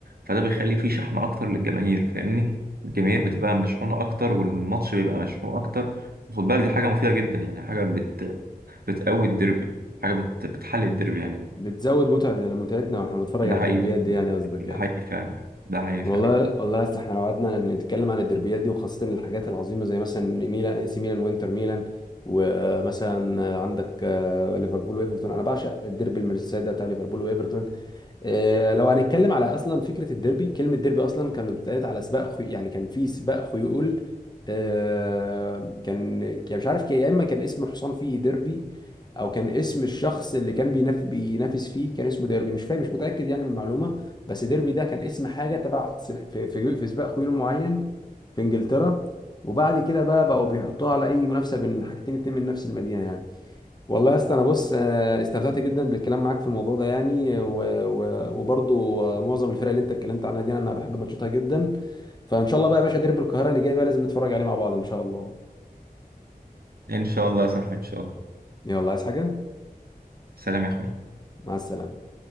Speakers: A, on the right; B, on the left.
A: فده بيخلي فيه شحن أكتر للجماهير فاهمني؟ الجماهير بتبقى مشحونة أكتر والماتش بيبقى مشحون أكتر وخد بالك دي حاجة مفيدة جدا يعني حاجة بت... بتقوي الديربي حاجة بت... بتحل الديربي يعني
B: بتزود متعة متعتنا واحنا بنتفرج
A: ده
B: على
A: حقيقي
B: الديربيات دي يعني قصدك
A: ده
B: يعني
A: حقيقي فعلا ده حقيقي
B: والله
A: فعلا
B: والله يا اسطى احنا لو قعدنا نتكلم عن الدربيات دي وخاصة الحاجات العظيمة زي مثلا ميلان اي سي ميلان وانتر ميلان ومثلا عندك آه، ليفربول وايفرتون انا بعشق الديربي المرسيسايد ده بتاع ليفربول وايفرتون آه، لو هنتكلم على اصلا فكره الديربي كلمه ديربي اصلا كانت اتقالت على سباق خي... يعني كان في سباق خيول آه، كان يعني مش عارف يا اما كان اسم حصان فيه ديربي او كان اسم الشخص اللي كان بيناف... بينافس فيه كان اسمه ديربي مش فاهم مش متاكد يعني من المعلومه بس ديربي ده كان اسم حاجه تبع س- في في في سباق خيول معين في انجلترا وبعد كده بقى بقوا بيحطوها على اي منافسه بين حاجتين اتنين من نفس المدينه يعني والله يا اسطى انا بص آه، استمتعت جدا بالكلام معاك في الموضوع ده يعني و- و- وبرضو آه، معظم الفرق اللي انت اتكلمت عنها دي انا بحب ماتشاتها جدا فان شاء الله بقى يا باشا ديربي القاهره اللي جاي بقى لازم نتفرج عليه مع بعض ان شاء الله
A: إن شاء الله يا صاحبي إن شاء الله
B: يلا عايز حاجه
A: سلام يا أخوي
B: مع السلامه